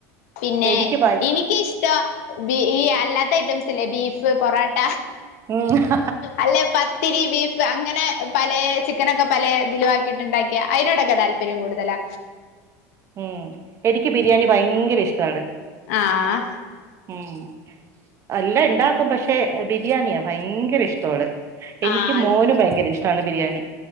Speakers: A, on the left (about 80°); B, on the right (about 35°).
A: പിന്നെ
B: എനിക്ക് ഭയ
A: ഇനിക്കിഷ്ടം ഈ അല്ലാത്ത ഐറ്റംസ് ഇല്ലേ ബീഫ്, പൊറോട്ട,
B: <unintelligible>
A: അല്ലെ പത്തിരി, ബീഫ്, അങ്ങനെ പലെ ചിക്കനൊക്കെ പലെ ദിലുവാക്കിട്ട്ണ്ടാക്കിയ അയ്നോടൊക്കെ താൽപര്യം കൂടുതലാ
B: ഉം എനിക്ക് ബിരിയാണി ഭയങ്കര ഇഷ്ട്ടാണ്
A: ആഹ്
B: ഉം അലേം ഇണ്ടാക്കും പക്ഷെ ബിരിയാണിയാ ഭയങ്കര ഇഷ്ടോള്ളെ എനിക്കും
A: ആഹ്
B: മോനും ഭയങ്കര ഇഷ്ട്ടാണ് ബിരിയാണി